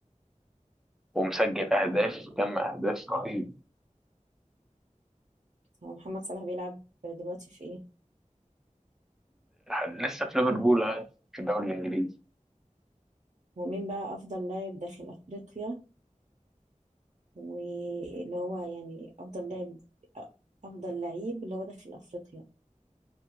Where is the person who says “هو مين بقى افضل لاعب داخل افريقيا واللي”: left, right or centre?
Right